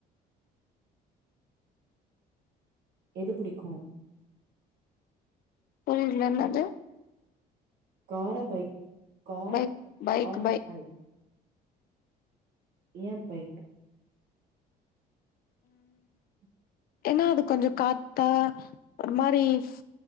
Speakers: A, on the right; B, on the left.
A: எது புடிக்கு
B: புரியல என்னது
A: காரா bike car
B: bike bike
A: or bike எ பைக் <inaudible>
B: ஏனா அது கொஞ்ச காத்தா ஒரு மாரி ஸ்